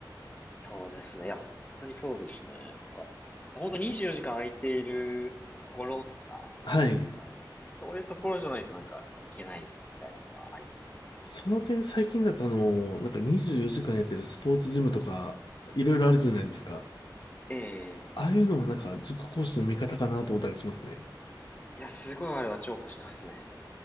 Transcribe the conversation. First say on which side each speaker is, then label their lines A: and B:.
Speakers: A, on the left (about 20°); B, on the left (about 70°).
A: そうですね。いや、本当にそうですね。なんか、本当24時間空いているところとか、
B: <laughs> はい。
A: なんか、そういうところじゃないとなんか、いけないみたいなのはありますね。
B: その点最近だとあの、なんか24時間やってるスポーツジムとか、いろいろあるじゃないですか。
A: ええ
B: ああいうのはなんか塾講師の味方かなと思ったりしますね。
A: いや、すごいあれは重宝してますね。